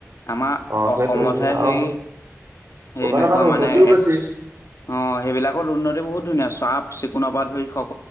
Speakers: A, on the left; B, on the right.
A: আমাৰ
B: অ
A: অসমতহে
B: সেইটোৱে সেইটোৱে আৰু
A: সেই সেইনেকুৱা
B: সেইকাৰণে তাত উন্নতিও
A: মানে এক
B: বেছি
A: অ সেইবিলাকৰ উন্নতি বহুত ধুনীয়া চফ চিকুণৰ পৰাাত ধৰি হওক